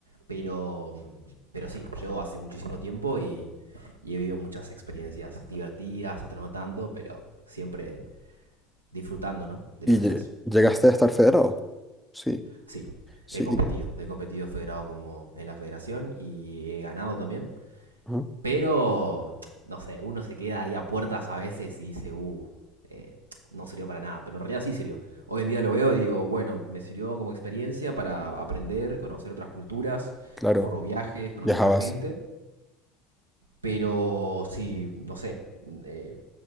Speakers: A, on the right; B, in the centre.
A: Pero, pero sí, llevo hace muchísimo tiempo y, y he vivido muchas experiencias divertidas, otras no tanto, pero siempre disfrutando, ¿no? de
B: ¿Y
A: lo que
B: lle-
A: se hace.
B: llegaste a estar federado? Sí,
A: Sí,
B: sí,
A: he competido.
B: y-
A: He competido federado como en la federación y he ganado también.
B: ajá,
A: Pero, no sé, uno se queda ahí a puertas a veces y dice, uh, eh, no sirvió para nada. Pero en realidad sí sirvió. Hoy en día lo veo y digo, bueno, me sirvió como experiencia para aprender, conocer otras culturas,
B: claro,
A: por los viajes, conocer
B: viajabas.
A: otra gente. Pero sí, no sé, eh,